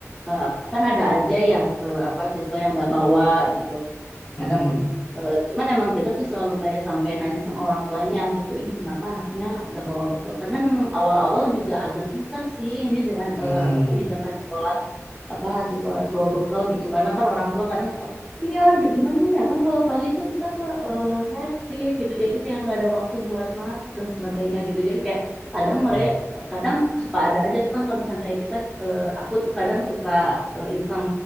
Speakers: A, in the centre; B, on the left.
A: eh, kan ada aja ya eh, apa siswa yang nggak bawa gitu. kadang
B: Mm-mm.
A: eh, cuman emang kita tuh selalu kayak sampai nanya sama orang tuanya gitu ini kenapa anaknya gak bawa bekal karena memang awal-awal juga agak susah sih ini dengan
B: Mm.
A: eh, apa kebijakan sekolah apa siswa harus bawa bekal gitu karena kan orang tua kadang suka iya d- gimana ya kan kalau pagi tuh kita tuh eh, hektik gitu jadi kayak nggak ada waktu buat masak dan sebagainya gitu jadi kayak kadang mereka
B: Mm.
A: kadang suka ada aja tuh kan kalau misalnya kayak kita eh, aku tuh kadang suka eh, iseng